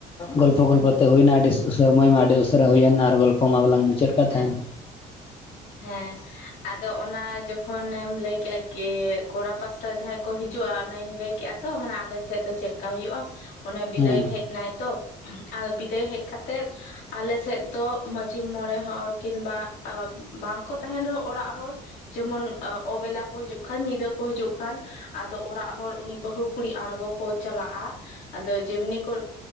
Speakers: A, on the left (about 30°); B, on the left (about 85°).
A: ᱜᱚᱞᱯᱚ ᱜᱚᱞᱯᱚ ᱛᱮ ᱦᱩᱭᱱᱟ ᱟᱹᱰᱤ ᱥᱚᱢᱚᱭ ᱢᱟ ᱟᱹᱰᱤ ᱩᱥᱟᱹ ᱩᱥᱟᱹᱨᱟ ᱦᱩᱭᱮᱱ ᱟᱨ ᱜᱚᱞᱯᱚ ᱢᱟ ᱵᱟᱞᱟᱝ ᱢᱩᱪᱟᱹᱫ
B: ᱦᱮᱸ
A: ᱛᱟᱦᱮᱱ
B: ᱦᱮᱸ ᱟᱫᱚ ᱚᱱᱟ ᱡᱚᱠᱷᱚᱱᱮᱢ ᱞᱟᱹᱭᱠᱮᱜᱼᱟ ᱠᱮ ᱠᱚᱲᱟ ᱯᱟᱥ ᱛᱟ ᱡᱟᱦᱟᱸᱭ ᱠᱚ ᱦᱤᱡᱩᱜᱼᱟ ᱚᱱᱟᱧ ᱞᱟᱹᱭ ᱠᱮᱜ ᱟᱛᱚ ᱢᱟᱱᱮ ᱟᱞᱮᱥᱮᱫ ᱫᱚ ᱪᱮᱫ ᱞᱮᱠᱟ ᱦᱩᱭᱩᱜᱼᱟ ᱚᱱᱮ ᱵᱤᱫᱟᱹᱭ
A: ᱦᱮᱸ
B: ᱦᱮᱡ ᱱᱟᱭ ᱛᱚ ᱟᱨ ᱵᱤᱫᱟᱹᱭ ᱦᱮᱡ ᱠᱟᱛᱮᱫ ᱟᱞᱮ ᱥᱮᱫ ᱫᱚ ᱢᱟᱺᱡᱷᱤ ᱢᱚᱬᱮ ᱦᱚᱲ ᱠᱤᱱᱵᱟ ᱟ ᱵᱟᱝᱠᱚ ᱛᱟᱦᱮᱱ ᱨᱮᱦᱚᱸ ᱚᱲᱟᱜ ᱦᱚᱲ ᱡᱮᱢᱚᱱ ᱚᱵᱮᱞᱟ ᱠᱚ ᱦᱤᱡᱩᱜ ᱠᱷᱟᱱ ᱧᱤᱫᱟᱹ ᱠᱚ ᱦᱤᱡᱩᱜ ᱠᱷᱟᱱ ᱟᱫᱚ ᱚᱲᱟᱜ ᱦᱚᱲ ᱩᱱᱤ ᱵᱟᱹᱦᱩ ᱠᱩᱲᱤ ᱟᱬᱜᱚ ᱠᱚ ᱪᱟᱞᱟᱜᱼᱟ᱾ ᱟᱫᱚ ᱡᱮᱢᱱᱤ ᱠᱚ